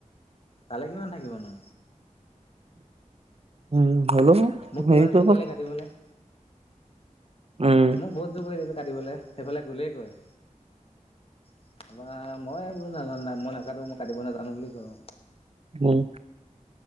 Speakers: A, on the left; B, on the right.
A: তালে কিমান থাকিবনো
B: উম। হ'লেও
A: মোক
B: হেৰি
A: কিমান
B: কৰিব
A: চোৰ কৰিলে কাটিবলে।
B: উম,
A: ম বহুত যুখ কৰিছে। কাটিবলৈ সেইফালে গ'লেই কয়। <unintelligible> মই বোলো নাজান মই নকাটো। মই কাটিব নাজানো বুলি কওঁ।
B: উম